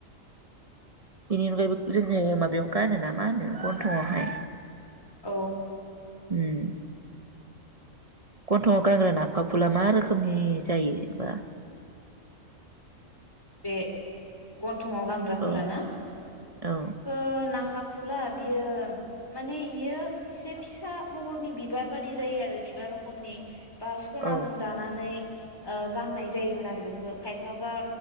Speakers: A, on the right; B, on the left.
A: बेनि अनागायैबो जोंनिआव माबायाव गानो ना मा होनो गन्थंआवहाय।
B: औ।
A: उम गन्थंआव गानग्रा ना फाफुला मा रोखोमनि जायो बा?
B: बे गन्थ गन्थंआव गानग्राफोराना
A: औ औ
B: ओ नाखा फुला बियो माने इयो एसे फिसा महरनि बिबार बादि जायो आरो बिबार रखमनि बा स'नाजों
A: औ
B: दानानै ओ गान्नाय जायोमोन आरो बेखौ खायफाबा